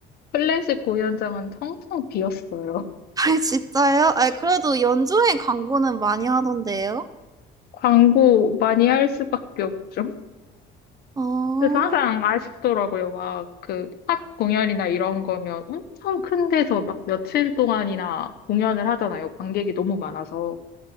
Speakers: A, on the left; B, on the right.
A: 클래식 공연장은 텅텅 비었어요. <laughs>
B: <laughs> 아, 진짜요? 아, 그래도 연주회 광고는 많이 하던데요?
A: 광고 많이 할 수밖에 없죠.
B: 어,
A: 그래서 항상 아쉽더라고요. 막 그 팝 공연이나 이런 거면 엄청 큰 데서 막 며칠 동안이나 공연을 하잖아요. 관객이 너무 많아서.